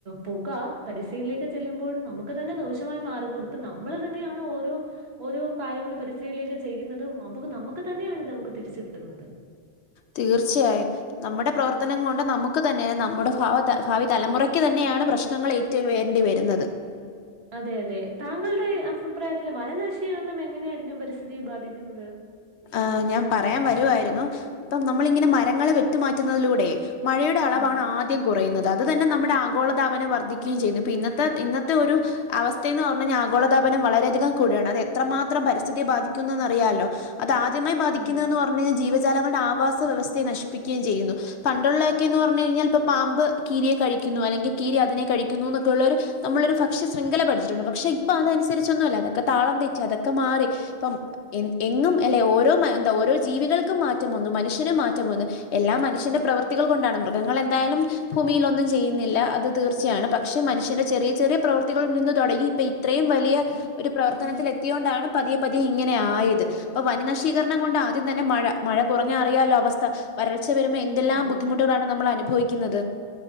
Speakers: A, on the right (about 65°); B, on the left (about 75°).
A: പുക പരിസ്ഥിതിയിലേക്ക് ചെല്ലുമ്പോഴും നമു നമുക്കു തന്നെ ദോഷമായ മാർഗമാണ് ഇപ്പൊ നമ്മൾ തന്നെയാണ് ഓരോ ഓരോ കാര്യങ്ങൾ പരിസ്ഥിയിലേക്ക് ചെയ്യുന്നതും, അപ്പൊ നമുക്ക് തന്നെയാണിത് നമുക്ക് തിരിച്ചു കിട്ടുന്നത്.
B: തീർച്ചയായും നമ്മുടെ പ്രവർത്തനം കൊണ്ട് നമുക്ക് തന്നെ നമ്മുടെ ഭാ ഭാവി തലമുറക്ക് തന്നെയാണ് പ്രശ്നങ്ങൾ ഏ വേണ്ടി വരുന്നത്
A: അതെ അതെ താങ്കളുടെ അഭിപ്രായത്തില് വനനശീകരണം എങ്ങനെയായിരിക്കും പരിസ്ഥിതിയെ ബാധിക്കുന്നത്.
B: ആ ഞാൻ പറയാൻ വരുവായിരുന്നു. ഇപ്പം നമ്മളിങ്ങനെ മരങ്ങള് വെട്ടിമാറ്റുന്നതിലൂടെ മഴയുടെ അളവാണ്
A: ഉം.
B: ആദ്യ കുറയുന്നത് അത് തന്നെ നമ്മുടെ കുറയുന്നത് അതു തന്നെ ആഗോളതാപനം വർദ്ധിക്കുകയും ചെയ്യുന്നു. പ്പ ഇന്നത്തെ ഇന്നത്തെ ഒരു അവസ്ഥയെ എന്ന് പറഞ്ഞാ ആഗോളതാപനം വളരെയധികം കൂടിയാണ്. അത് എത്രമാത്രം പരിസ്ഥിതിയെ ബാധിക്കുന്നതെന്നറിയാലോ. അതാദ്യമായി ബാധിക്കുന്നതെന്ന്
A: അതെ,
B: പറഞ് കഴിഞ്ഞാ ജീവജാലങ്ങളുടെ ആവാസ വ്യവസ്ഥയെ നശിപ്പിക്കുകയും ചെയ്യുന്നു. പണ്ടുള്ളതൊക്കെന്ന് പറഞ്ഞു കഴിഞ്ഞാൽ ഇപ്പൊ പാമ്പ് കീരിയെ കഴിക്കുന്നു അല്ലെങ്കിൽ കീരി അതിനെ കഴിക്കുന്നുന്നൊക്കെള്ളോരു നമ്മളൊരു ഭക്ഷ്യശ്യംഖല പഠിച്ചിട്ടുണ്ട്. പക്ഷെ ഇപ്പൊ അതനുസരിച്ചൊന്നും അല്ല അതൊക്കെ താളം തെറ്റി അതൊക്കെ മാറി. ഇപ്പം എ എങ്ങും അല്ലെ ഓരോ എന്താ ഓരോ ജീവികൾക്കും മാറ്റം വന്നു മനുഷ്യനും മാറ്റം വന്നു. എല്ലാം മനുഷ്യന്റെ പ്രവൃത്തികൾ കൊണ്ടാണ് മൃഗങ്ങൾ എന്തായാലും ഭൂമിയിൽ ഒന്നും ചെയ്യുന്നില്ല അത് തീർച്ചയാണ് പക്ഷെ മനുഷ്യന്റെ ചെറിയ ചെറിയ പ്രവൃത്തികളിൽ നിന്ന് തുടങ്ങി ഇപ്പൊ ഈ ഇത്രയും വലിയ ഒരു പ്രവർത്തനത്തിൽ എത്തിയ കൊണ്ടാണ് പതിയെ പതിയെ ഇങ്ങനെ ആയത്. പ്പൊ വനി നശീകരണം കൊണ്ട് ആദ്യം തന്നെ മഴ, മഴ കുറഞ്ഞ അറിയാലോ അവസ്ഥ, വരൾച്ച വരുമ്പോ എന്തെല്ലാം
A: അതെ,
B: ബുദ്ധിമുട്ട് നമ്മൾ അനുഭവിക്കുന്നത്